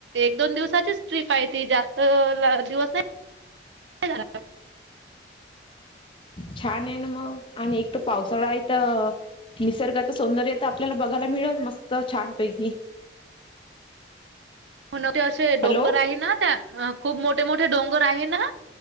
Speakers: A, on the right (about 75°); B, on the left (about 30°).
A: एक दोन दिवसाचीच ट्रीप आहे ती जास्त. अ दिवस नाही झा.
B: छान आहे ना मग आणि एक तर पावसाळा आहे तर. निसर्गाच सौंदर्य तर आपल्याला बघायला मिळेल मस्त छानपैकी.
A: <inaudible> ते असे
B: हॅलो
A: डोंगर आहे ना त्या खूप मोठे मोठे डोंगर आहे ना.